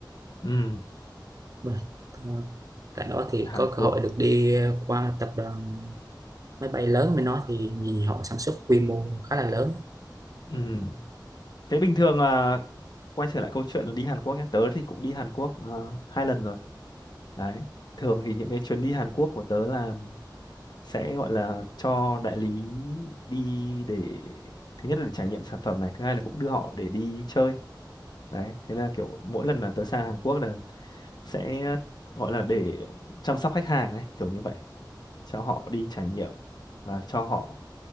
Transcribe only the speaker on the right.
Rồi. ờ, Tại đó thì
có
cơ hội được đi qua tập đoàn máy bay lớn bên đó thì nhìn họ sản xuất quy mô khá là lớn.